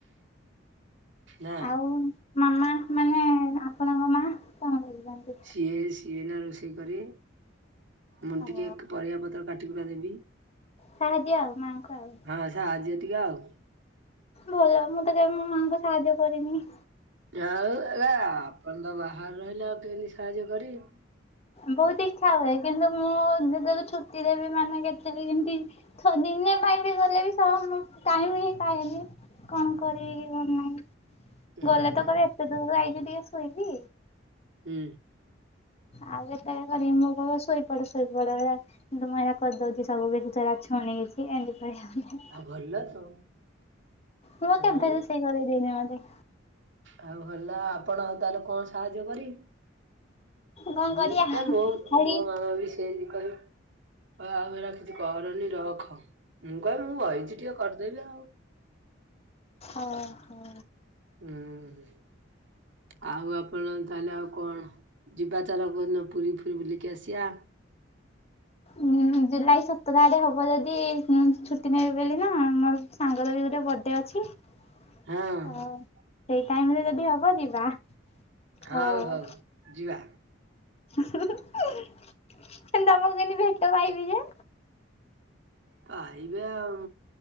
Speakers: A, on the right (about 70°); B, on the left (about 35°).
A: ନା?
B: ଆଉ ମାମା? ମାନେ ଆପଣଙ୍କ ମା କଣ କରୁଛନ୍ତି?
A: ସିଏ ସିଏ ଏନା ରୋଷେଇ କରିଏ। ମୁଁ
B: ଆଉ
A: ଟିକେ କ୍ ପରିବାପତ୍ର କାଟିକୁଟା ଦେବି।
B: ସାହାଯ୍ୟ ଆଉ ମାଆଙ୍କୁ ଆଉ।
A: ହଁ ସାହାଯ୍ୟ ଟିକେ ଆଉ।
B: ଭଲ ମୁଁ ତ କେବେ ମୋ ମାଆଙ୍କୁ ସାହାଯ୍ୟ କରିନି।
A: ଆଉ ଆ ଆପଣ ତ ବାହାରେ ରହିଲେ ଆଉ କେମିତି ସାହାଯ୍ୟ କରିବି।
B: ବହୁତ ଇଚ୍ଛା ହୁଏ, କିନ୍ତୁ ମୁଁ ଯେତେବେଲେ ଛୁଟିରେ ବି ମାନେ କେତେ ବି କେମତି ଦିନେ ପାଇଁ ବି ଗଲେ ବି ଟାଇମ ହିଁ ପାଏନି କଣ କରିବି?
A: ଉୁଁ
B: ଗଲେ
A: ହୁଁ
B: ତ କହେ ଏତେ ଦୂରରୁ ଆଇଛ ଟିକେ ଶୋଇବି।
A: ହୁଁ।
B: ଆଉ ଏତେବେଳେ କରିବି ମୋ ବୋଉ କହେ ଶୋଇପଡ ଶୋଇପଡ ହେଲା। କିନ୍ତୁ ମୁଁ ଏ କରିଦଉଛି ସବୁ କିଛି ଛୁନି କିଛି ଏମିତି କହିବ।
A: ଆଉ ଭଲ ତ।
B: ମୁଁ କେବେ
A: ଆଁ
B: ରୋଷେଇ କରେଇ ଦେଇନି ମତେ।
A: ଆଉ ଭଲ ଆପଣ ଆଉ ତାହେଲେ କଣ ସାହାଯ୍ୟ କରିବେ?
B: କଣ
A: ହୁଁ
B: କରିବା
A: ତ ମ
B: ଖାଲି
A: ମୋ ମାମା ବି ସେମିତି କରେ। ହ ଆଉ ଏରା କିଛି କରନି ରଖ ମୁଁ କହିବି ମୁଁ କହିଛି ଟିକେ କରିଦେବି ଆଉ।
B: ଓ ହୋ।
A: ହୁଁ ଆଉ ଆପଣ ତାହଲେ ଆଉ କଣ? ଯିବା ଚାଲ କୋଉ ଦିନପୁରୀ ଫୁରି ବୁଲିକି ଆସିବା।
B: ଉ ଜୁଲାଇ ସତର ତାରେ ହବ ଯଦି ଛୁଟି ନେବେ ବୋଲି ନା ମର ସାଙ୍ଗର ବି ଗୋଟେ ବର୍ଥଡେ ଅଛି।
A: ହଁ ଆଉ
B: ତ ସେଇ ଟାଇମ ରେ ଯଦି ହବ ଯିବା।
A: ହଉ
B: ହଁ
A: ହଉ ଯିବା।
B: ତମକୁ କେମିତି ଭେଟ ପାଇବି ଯେ।
A: ପାଇବେ ଆଉ।